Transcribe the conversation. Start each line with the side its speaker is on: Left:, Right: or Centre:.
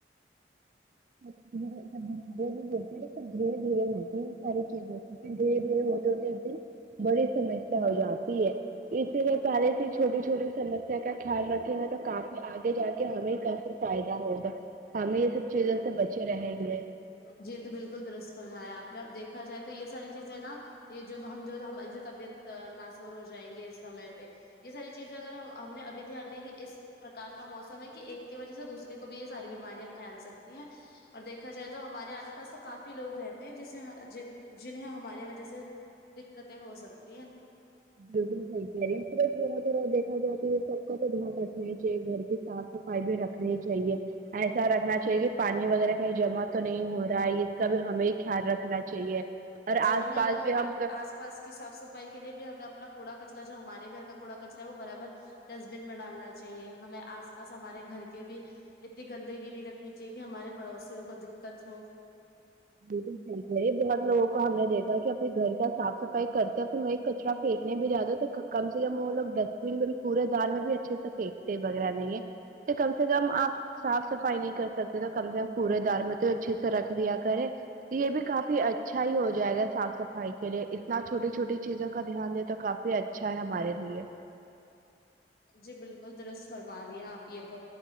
Right: <unintelligible> درے بیمارے بھی ہوتے توب دھیرے دھیرے ہوتے ہیں ساری چیزوں دھیرے دھیرے ہوتے ہوتے ایک دن بڑی سمسیا ہو جاتی ہے اسلئے پہلے سے چھوٹی چھوٹی سمسیا کا خیال رکھیں گا تو کافی آگے جا کے ہمیں پھر فائدہ ہوگا ہمیں یہ سب چیزوں سے بچے رہیں گے
Left: جی تو بالکل درس فمایا آپ نے اب دیکھا جائے تو یہ ساری چیزیں نا یہ جو ہم جو ہماری جو طبیعت ناصور ہو جائیں گے اس سمے پہ یہ ساری چیزیں اگر ہم نے ابھی دھیان نہیں دی اس پرکار کا موسم ہے کہ ایک کی وجہ سے دوسرے کو بھی یہ ساری بیماریاں پھیل سکتی ہیں اور دیکھا جائے تو ہمارے آس پاس تو کافی لوگ رہتے ہیں جسے جنہیں ہمارے وجہ سے دقتیں ہو سکتی ہیں
Right: بالکلہ صحیح کہہ رہی ہے آپ تھوڑا تھوڑا دیکھا جائے تو یہ سب کا تو دھیان رکھنا ہے چاہیے گھر کی صاف صفائی بھی رکھ نا ہی چاہیے ایسا رکھنا چاہیے کہ پانی وغیرہ کہیں جمع تو نہیں ہو رہا ہے اس کا بھی ہمیں خیال رکھنا چاہیے اور
Left: جی
Right: آس
Left: ہمیں
Right: پاس
Left: اگر اب
Right: بھی ہم
Left: آس پاس کی صاف سفائی کے لیے بھی ہمیں اپنا کوڑا کچرا جو ہمارے گھر کا کوڑ کچرا ہے وہ برابر ڈسٹ بین میں ڈالنا چاہیے ہمیں آس پاس ہمارے گھر کے بھی اتنی گندگی نہیں رکھنی چاہیے کہ ہمارے پڑوسیوں کو دقت ہو
Right: بالکل صحیح ہے یہ بہت لوگوں کو ہم نے دیکھا کہ اپنے گھر کا صاف صفائی کرتے پھر وہ کچرا پھینکنے بھی جاتے تو کم سے کم وہ لوگ ڈسٹبین میں بھی کوڑے دار میں بھی اچھے سے پھینکتے وغیرہ نہیں ہے تو کم سے کم آپ صاف صفائی نہیں کر سکتے تو کم سے کم کوڑے دار میں تو اچھے سے رکھ دیا کرے یہ بھی کافی اچھ ا ہی ہو جائے گا صاف صفائی کے لیے اتنا چھوٹی چھوٹی چیزوں کا دھیان دے تو کافی اچھا ہے ہمارے لیے
Left: جی بالکل درست فرما رہی ہیں آپ یہ تو